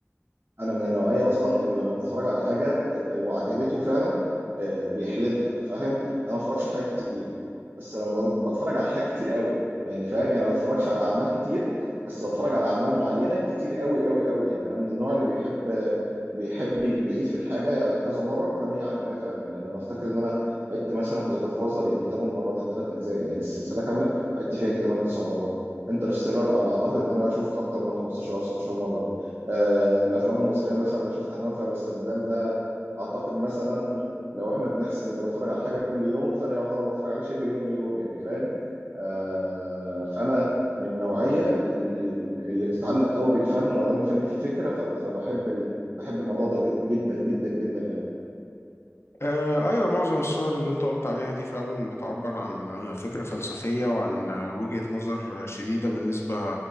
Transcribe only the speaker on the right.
انا من النوعيه اصلا اللي لما بتتفرج على حاجه بت... وعجبته فعلا آه، بيحلبها فاهم يعني انا ما بتفرجش على حاجات كتير بس لما ب- بتفرج على حاجات كتير قوي يعني فاهم يعني أنا ما بتفرجش على اعمال كتير بس بتفرج على اعمال معينه كتير قوي قوي قوي يعني انا من النوع اللي بيحب آه، بيحب يعيد في الحاجه كذا مره ما دام هي عاجباه فعلا يعني انا افتكر ان انا عدت مثلا في ذا جاد فازر يجي 8 مرات الثلاث اجزاء يعني السلسله كامله عدت فيها يجي 8 9 مرات انترستيلر انا اعتقد ان انا شفته اكتر من 15 او 16 مره آه، الافلام المصريه مثلا انا شفت همام في امستردام ده اعتقد مثلا لو احنا بنحسب انك بتتفرج على حاجه كل يوم فانا يعتبر بتفرج عليه شبه يوم ويوم يعني فاهم آه، فانا من النوعيه ال- ال- اللي بتتعلق قوي بالفن وما دام الفن فيه فكره ف- فبحب ال- بحب الموضوع ده جدا جدا جدا يعني